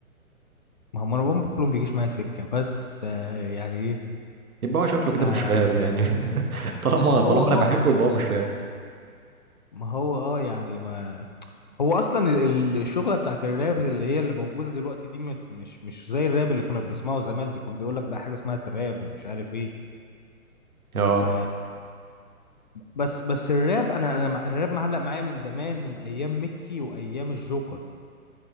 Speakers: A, on the left (about 35°); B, on the right (about 80°).
A: ما هو مروان بابلو ما بيجيش معايا سكه بس آه يعني ايه
B: يبقى هو شكله كده
A: آه
B: مش راب يعني <laughs> طالما
A: ما هو
B: طالما
A: اه
B: انا بحبه يبقى هو مش راب
A: ما هو اه يعني ما هو اصلا ال- ال- الشغله بتاعت الراب اللي هي اللي موجوده دلوقتي دي مت- مش مش زي الراب اللي كنا بنسمعه زمان دي كان بيقول لك بقى حاجه اسمها تراب ومش عارف ايه
B: اه
A: و بس بس الراب انا انا مع- الراب معلق معايا من زمان من ايام ميكي وايام الجوكر